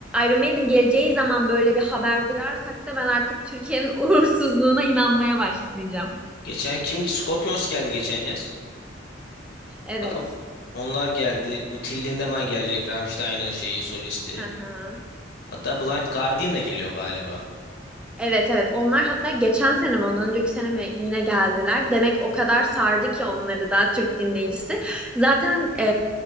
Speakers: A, in the centre; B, on the left.
A: Iron Maiden geleceği zaman böyle bir haber duyarsak da ben artık Türkiye'nin <laughs> uğursuzluğuna inanmaya başlayacağım.
B: Geçen kim? Scorpions geldi geçen yaz.
A: Evet.
B: Hatta onlar geldi. Bu Till Lindemann gelecek. Rammstein'ın şeyi solisti.
A: Aha.
B: Hatta Blind Guardian da geliyor galiba.
A: Evet evet onlar hatta geçen sene mi ondan önceki sene mi yine geldiler. Demek o kadar sardı ki onları da Türk dinleyicisi. Zaten e,